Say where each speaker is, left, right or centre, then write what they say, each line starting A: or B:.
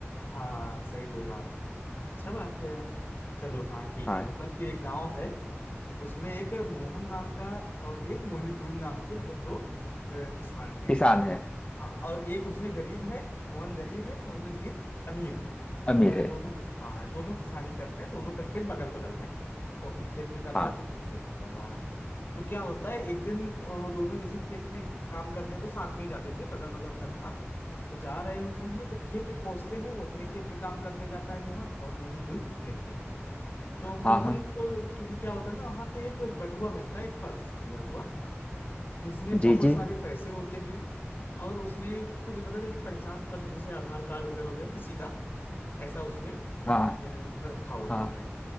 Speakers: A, on the left; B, on the left.
A: हाँ सही बोला आप। अच्छा बात है यार चलो हाँ ठीक
B: हाँ
A: है मतलब कि एक गांव है उसमें एक मोहन नाम का और एक मोहिनुद्दीन नाम के मतलब दो अ, किसान हैं
B: किसान है
A: हाँ और एक उसमें गरीब है मोहन गरीब है मोहिनुद्दीन अमीर है
B: अमीर
A: और ये
B: है
A: दोनों हाँ दोनों किसानी करते हैं दोनों का खेत बगल बगल है वो अपने खेत में कर
B: हाँ
A: रहा है वो अपने खेत में कर रहा है तो क्या होता है एक दिन अ, दोनों जैसे खेत में काम करने तो साथ में ही जाते थे बगल बगल घर था तो जा रहे होते हैं जब खेत में पहुंचते हैं वो अपने खेत में काम करने जाता है मोहन और मोहिनीदुन अपने खेत तो मोहन
B: हाँ हाँ
A: को चूंकि क्या होता है ना वहाँ पे एक बटुआ मिलता है एक पर्स गिरा हुआ जिसमें बहुत
B: जी जी
A: सारे पैसे होते हैं और उसमें कुछ मतलब एक पहचान पत्र जैसे आधार कार्ड वगैरह हो गया किसी का ऐसा उसमें
B: हाँ
A: अ,
B: हाँ
A: रखा होता
B: हाँ
A: है